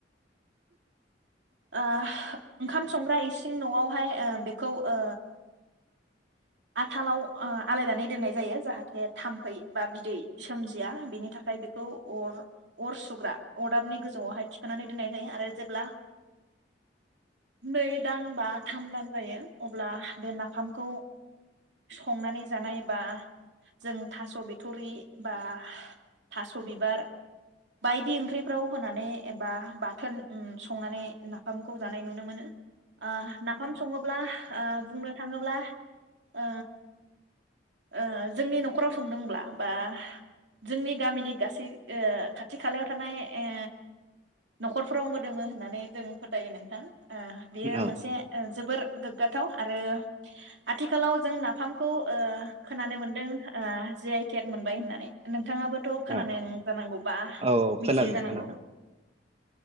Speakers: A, on the right; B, on the right.
A: <unintelligible>
B: ओ ओंखाम, संग्रा इसिं नवावहाय बेखौ ओ आथालाव ओ आलायनानै दोननाय जायो जाहा थे थाम्फै बा बिदै सोमजि या बेनि थाखाय बेखौ अर अर सुग्रा अरदाबनि गोजौआवहाय थिखांनानै दोननाय जायो आरो जेब्ला, नै दान बा थाम दान जायो अब्ला बे नाफाम, खौ संनानै जानाय बा जों थास' बिथुरि बा थास' बिबार बायदि ओंख्रिफ्राव होनानै एबा बाथोन ओम संनानै नाफामखौ जानाय नुनो मोनो ओ नाफाम सङोब्ला ओ बुंनो थाङोब्ला, ओ ओ जोंनि न'खराव संदोंब्ला बा जोंनि गामिनि गासै ओ खाथि खालायाव थानाय ओ न'खरफोराव मोदोमो होननानै जों फोथायो नोंथां, ओ बेयो
A: औ
B: मोनसे ओ जोबोर गोग्ग गोग्गाथाव आरो आथिखालाव जों नाफामखौ, ओ खोनानो मोनदों ओ जे, तेक मोनबाय होननानै नोंथाङाबोथ' खोनानो
A: औ
B: जानांगौ बा
A: औ
B: मिथियो
A: खोनादों
B: जानांगौ,
A: खोनादों